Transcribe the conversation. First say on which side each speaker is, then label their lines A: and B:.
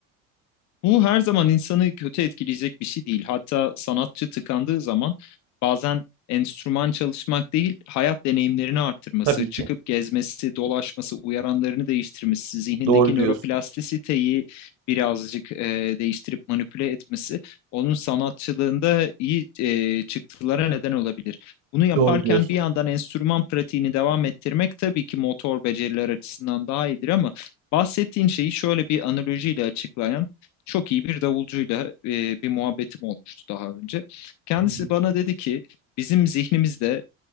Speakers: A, on the left; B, on the right.
A: Bu her zaman insanı kötü etkileyecek bir şey değil. Hatta sanatçı tıkandığı zaman bazen enstrüman çalışmak değil, hayat deneyimlerini arttırması,
B: Tabii
A: çıkıp
B: ki.
A: gezmesi, dolaşması, uyaranlarını değiştirmesi, zihnindeki
B: Doğru diyorsun.
A: nöroplastisiteyi birazcık e, değiştirip manipüle etmesi, onun sanatçılığında iyi e, çıktılara neden olabilir. Bunu yaparken
B: Doğru diyorsun.
A: bir yandan enstrüman pratiğini devam ettirmek tabii ki motor beceriler açısından daha iyidir ama bahsettiğin şeyi şöyle bir analojiyle açıklayan çok iyi bir davulcuyla e, bir muhabbetim olmuştu daha önce. Kendisi
B: Hı hı.
A: bana dedi ki bizim zihnimizde